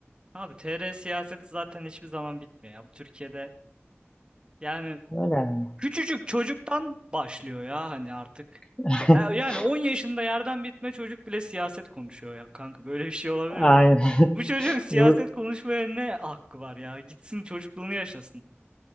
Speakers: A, on the right; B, on the left.
A: Abi TR siyaseti zaten hiçbir zaman bitmiyor ya. Bu Türkiye'de yani
B: Öyle yani.
A: Küçücük çocuktan başlıyor ya hani artık.
B: <laughs>
A: Ya- Yani 10 yaşında yerden bitme çocuk bile siyaset konuşuyor ya kanka böyle bir şey olabilir
B: Aynen.
A: mi? Bu çocuğun siyaset
B: <laughs> Bu
A: konuşmaya ne hakkı var ya? Gitsin çocukluğunu yaşasın.